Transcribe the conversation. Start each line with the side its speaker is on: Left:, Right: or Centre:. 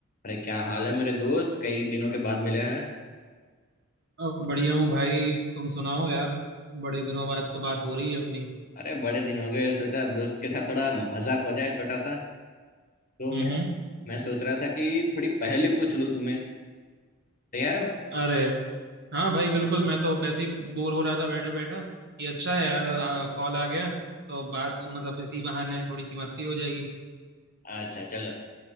Left: अरे क्या हाल है मेरे दोस्त कई दिनों के बाद मिले हैं
Right: अ, बढ़िया हूँ भाई तुम सुनाओ यार बड़े दिनों बाद तो बात हो रही है अपनी
Left: अरे बड़े दिन हो गए सोचा दोस्त के साथ थोड़ा मजाक हो जाए छोटा सा तो
Right: हम्म
Left: मैं मैं सोच रहा था कि थोड़ी पहेली पूछ लूं तुम्हें तैयार हो
Right: अरे हाँ भाई बिल्कुल मैं तो वैसे ही बोर हो रहा था बैठा बैठा ये अच्छा है यार आ, कॉल आ गया तो बात मतलब इसी बहाने थोड़ी सी मस्ती हो जाएगी
Left: अच्छा चलो